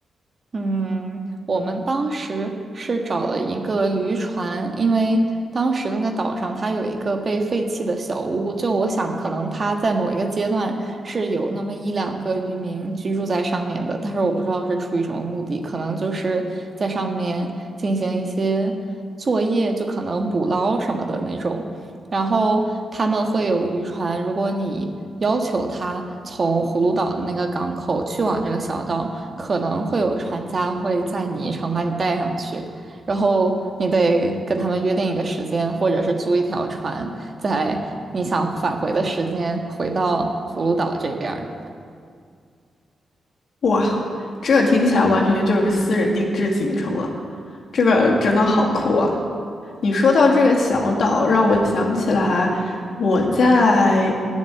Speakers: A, on the right; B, on the left.
A: 嗯，我们当时是找了一个渔船，因为当时那个岛上它有一个被废弃的小屋，就我想可能它在某一个阶段是有那么一两个渔民居住在上面的，但是我不知道是出于什么目的，可能就是在上面进行一些作业，就可能捕捞什么的那种。然后他们会有渔船，如果你要求他从葫芦岛的那个港口去往这个小岛，可能会有船家会载你一程把你带上去，然后你得跟他们约定一个时间，或者是租一条船，在你想返回的时间回到葫芦岛这边儿。
B: 哇，这个听起来完全就是私人定制行程了，这个真的好酷啊！你说到这个小岛，让我想起来我在